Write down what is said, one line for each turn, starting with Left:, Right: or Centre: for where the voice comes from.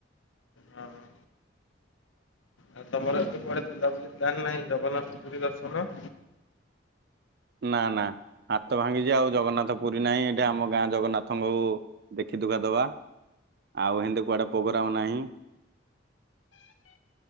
Left: ହଁ ହଁ। ଆଉ ତମର ଏବେ କୁଆଡେ ବୁଲାବୁଲି ପ୍ଲାନ ନାହିଁ ଜଗନ୍ନାଥ ପୁରୀ ଦର୍ଶନ?
Right: ନା ନା ହାତ ଭାଙ୍ଗିଚି ଆଉ ଜଗନ୍ନାଥ ପୁରୀ ନାହିଁ ଏଠି ଆମ ଗାଁ ଜଗନ୍ନାଥଙ୍କୁ ଦେଖି ଦୁଖା ଦବା ଆଉ ହେନ୍ତି କୁଆଡେ ପୋଗୋରାମ ନାହିଁ।